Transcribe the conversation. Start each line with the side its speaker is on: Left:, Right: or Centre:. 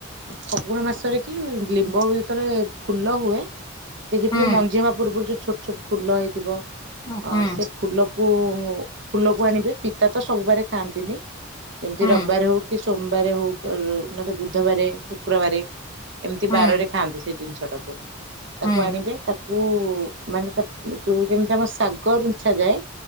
Right: ଫଗୁଣ ମାସରେ କି ଲିମ୍ବ ହୁଏ। ଯେତଳେ ଫୁଲ ହୁଏ ଦେଖିଥିବେ
Left: ହୁଁ
Right: ମଞ୍ଜି ହବା ପୂର୍ବରୁ ଯୋଦି। ଛୋଟ ଛୋଟ ଫୁଲ ହେଇଥିବ। ଅ
Left: ହୁଁ ହୁଁ
Right: ସେ ଫୁଲକୁ। ଫୁଲକୁ ଆଣିବେ ପିତା ତ ସବୁ ବାରେ ଖାଆନ୍ତିନି। ଯେମିତି
Left: ହୁଁ
Right: ରବିବାରେ ହଉ କି ସୋମବାରେ ହଉ ନଲେ ବୁଧ୍। ବୁଧବାରେ ଶୁକ୍ରବାରେ। ଏମିତି
Left: ହୁଁ
Right: ବାରରେ ଖାଆନ୍ତି ସେ ଜିନିଷ। ପିତା ଟାକୁ।
Left: ହୁଁ
Right: ତାକୁ ଆଣିବେ ତାକୁ ମାନେ ତା ଯୋଉ ଯେମିତି ଆମ ଶାଗ ରୁଛା ଯାଏ